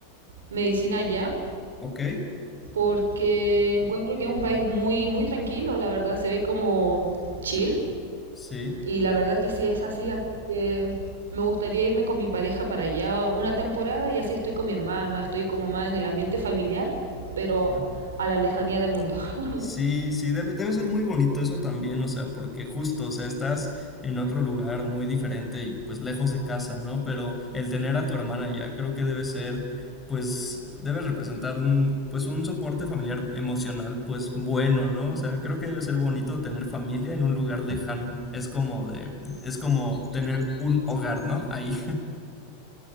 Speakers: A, on the right (about 85°); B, on the left (about 15°).
A: medicina allá,
B: Ok,
A: porque encuentro que es un país muy, muy tranquilo, la verdad, se ve como chill
B: sí.
A: y la verdad que sí es así, así que me gustaría irme con mi pareja para allá una temporada y así estoy con mi hermana, estoy como más en el ambiente familiar, pero
B: claro.
A: a la lejanía del mundo. <laughs>
B: Sí, sí, debe, debe ser muy bonito eso también, o sea, porque justo, o sea, estás en otro lugar muy diferente y pues lejos de casa, ¿no? Pero el tener a tu hermana ya creo que debe ser, pues, debe representar un, pues, un soporte familiar emocional, pues, bueno, ¿no? O sea, creo que debe ser bonito tener familia en un lugar lejano. Es como de, es como tener un hogar, ¿no? Ahí.